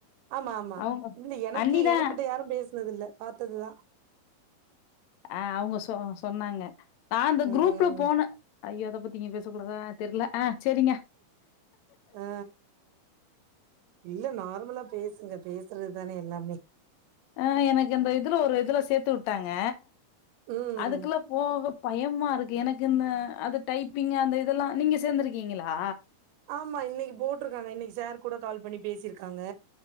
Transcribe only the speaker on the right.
ஆமா ஆமா
இல்ல எனக்கு
எனக்கிட்ட யாரு பேசனது இல்ல பாத்ததுதா
ம்
ஆ இல்ல நார்மலா பேசுங்க பேசுறது தான எல்லாமே
ம்
ஆமா இன்னைக்கு போட்ருக்காங்க இன்னைக்கு சார் கூட கால் பண்ணி பேசியிருக்காங்க